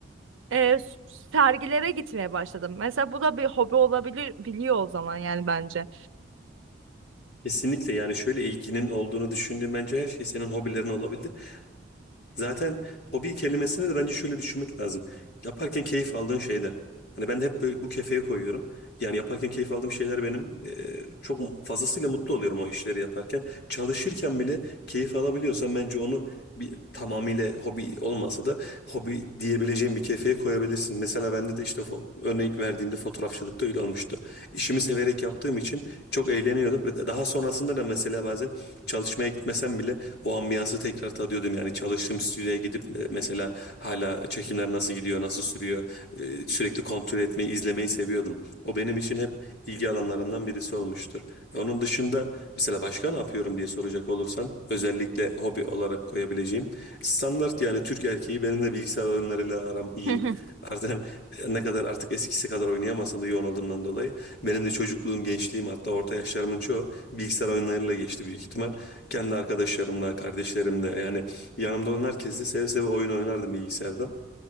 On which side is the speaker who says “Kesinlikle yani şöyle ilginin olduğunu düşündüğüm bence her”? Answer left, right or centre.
Left